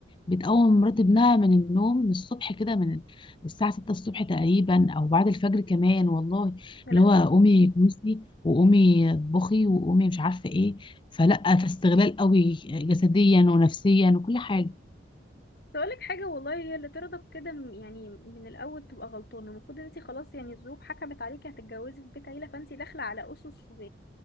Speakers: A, on the left; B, on the left.
A: بتقوم مرات ابنها من النوم من الصبح كده من الساعة 6 الصبح تقريبا أو بعد الفجر كمان والله
B: يا
A: اللي
B: لهوي
A: هو قومي كنسي وقومي اطبخي وقومي مش عارفة ايه فلا فاستغلال قوي جسديا ونفسيا وكل حاجة
B: تقولك حاجة والله هي اللي ترضى بكده م- يعني من الأول تبقى غلطانة المفروض ان انتي خلاص يعني الظروف حكمت عليكي هتتجوزي في بيت عيلة فانتي داخلة على أسس و...